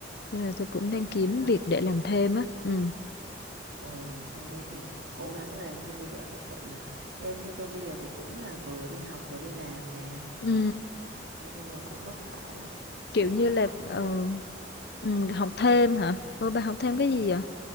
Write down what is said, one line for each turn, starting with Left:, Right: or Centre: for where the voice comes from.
Left: nên là tôi cũng
Right: vất
Left: đang kiếm
Right: vả lắm.
Left: việc để làm thêm á ừ.
Right: Ừ, thôi thì cố gắng lên chứ bây giờ thật sự là như, như tôi bây giờ thì cũng là vừa đi học vừa đi làm nè.
Left: Ừ,
Right: Nói chung là cũng vất vả lắm,
Left: kiểu
Right: cũng
Left: như
Right: phải
Left: là
Right: học thêm.
Left: ờ, ừ, học thêm hả? Ừ, bà học thêm
Right: Ừ.
Left: cái gì vậy?